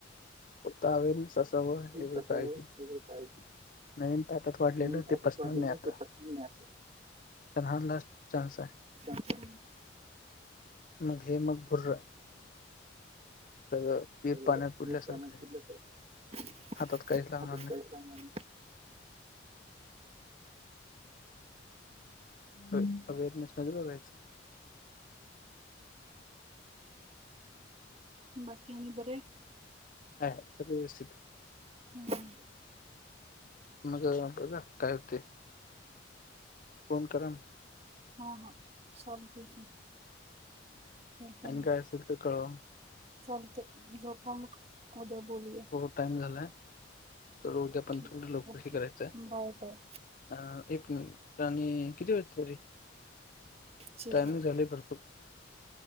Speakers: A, on the left; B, on the right.
A: पुतावेन ससाव हेव
B: कशावर
A: कायज.
B: वेगळं करायची
A: नवीन ताटात वाढलेलं
B: म्हणून त्याच्यात
A: ते पसनल
B: वाटलेलं
A: नाही आता.
B: ते पत्नी नाही असं
A: त्यांन ह लास्ट चा्स आहे.
B: अच्छा.
A: मग हे मग भुर्र सगळं पीठ
B: पाण्या
A: पाण्यात बुडल्यासारखं आहे
B: आता
A: हातात काहीच लागणार
B: काही
A: नाही.
B: सांगणार नाही.
A: हरनेस मध्ये
B: बाकीनी बरे.
A: हां सगळ व्यवस्थित आहे.
B: हम.
A: मग बघा काय होते. फोन करा
B: हा हा सम क. का
A: आणि
B: मग
A: काय असेल तर कळवा
B: चालते जो आप मग उद्या बोलया
A: थो टाइम झालाय तरथ उद्या पण
B: ठीक
A: थ लकर
B: ओके
A: ह करायचं आहे.
B: बाय बाय
A: अ एक मिनिट आणि किती वाजलं तरी
B: ठीक
A: टायमिंग
B: आहे
A: झाले भरपूर.